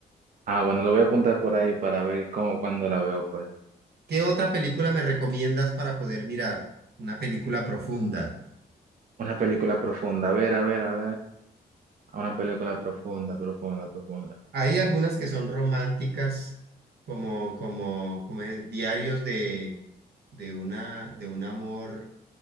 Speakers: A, on the right; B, on the right.
A: ah, bueno, lo voy a apuntar por ahí para ver cómo, cuando la veo, pues.
B: ¿Qué otra película me recomiendas para poder mirar? Una película profunda.
A: Una película profunda, a ver, a ver, a ver. Una película profunda, profunda, profunda.
B: Hay algunas que son románticas, como, como, como es, diarios de, de una, de un amor